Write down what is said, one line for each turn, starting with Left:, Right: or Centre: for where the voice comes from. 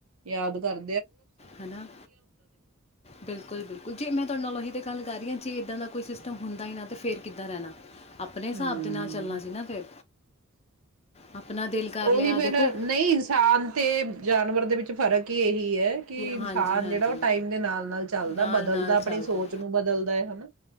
Right: ਯਾਦ ਕਰ
Left: ਹਨਾ ਬਿਲਕੁਲ ਬਿਲਕੁਲ ਜੀ ਮੈਂ ਤੁਹਾਡੇ ਨਾਲ ਉਹੀ ਤੇ ਗੱਲ ਕਰ ਰਹੀ ਹਾਂ ਜੀ ਇੱਦਾਂ ਦਾ ਕੋਈ ਸਿਸਟਮ ਹੁੰਦਾ ਹੀ ਨਾ ਤਾਂ ਫਿਰ ਕਿੱਦਾਂ ਰਹਿਣਾ ਆਪਣੇ ਹਿਸਾਬ
Right: ਹੂੰ
Left: ਦੇ ਨਾਲ ਚੱਲਣਾ ਸੀ ਨਾ ਫਿਰ ਆਪਣਾ ਦਿਲ ਕਰ
Right: ਉਹੀ
Left: ਲਿਆ
Right: ਫੇਿਰ
Left: ਦੇਖੋ
Right: ਨਹੀਂ ਇਨਸਾਨ ਤੇ ਜਾਨਵਰ ਦੇ ਵਿੱਚ ਫ਼ਰਕ ਕੀ ਇਹੀ ਹੈ ਕਿ ਇਨਸਾਨ
Left: ਹਾਂਜੀ, ਹਾਂਜੀ
Right: ਜਿਹੜਾ ਉਹ ਟਾਈਮ ਦੇ ਨਾਲ ਨਾਲ ਚੱਲਦਾ
Left: ਨਾਲ-ਨਾਲ
Right: ਬਦਲਦਾ
Left: ਚੱਲਦਾ।
Right: ਆਪਣੀ ਸੋਚ
Left: ਹੈ।
Right: ਨੂੰ ਬਦਲਦਾ ਹੈ ਹਨਾ